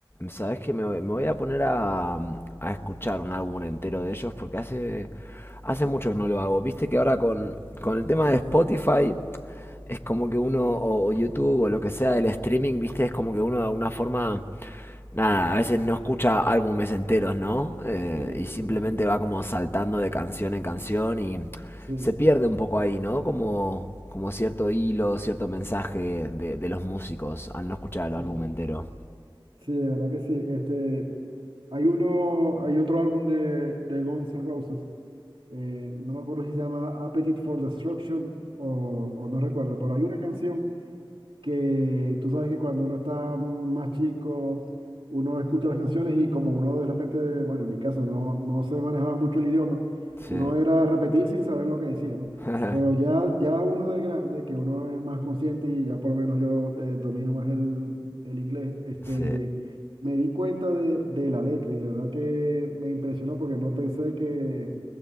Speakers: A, on the left (about 25°); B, on the right (about 75°).
A: Sabes que me, me voy a poner a, a escuchar un álbum entero de ellos porque hace, hace mucho que no lo hago. Viste que ahora con, con el tema de Spotify es como que uno, o, o YouTube o lo que sea del streaming, viste, es como que uno de alguna forma, nada, a veces no escucha álbumes enteros, ¿no? Eh,
B: Sí,
A: y simplemente
B: correcto.
A: va como saltando de canción en canción y
B: Sí,
A: se pierde un poco ahí, ¿no? Como, como cierto hilo, cierto mensaje de, de los músicos al no escuchar el
B: sí.
A: álbum entero.
B: Sí, de verdad que sí. Este, hay uno, hay otro álbum de, de Guns N' Roses. eh, no me acuerdo si se llama Appetite for Destruction o, o no recuerdo, pero hay una canción que tú sabes que cuando uno está más chico, uno escucha las canciones y como uno de repente, bueno, en mi caso no, no se manejaba mucho el idioma,
A: Sí.
B: uno era repetir sin saber lo que decía, ¿no?
A: <laughs>
B: Pero ya, ya uno de grande, que uno es más consciente y ya por lo menos yo eh, domino más el, el inglés, este,
A: Sí,
B: me di cuenta de, de la letra y de verdad que me impresionó porque no pensé que,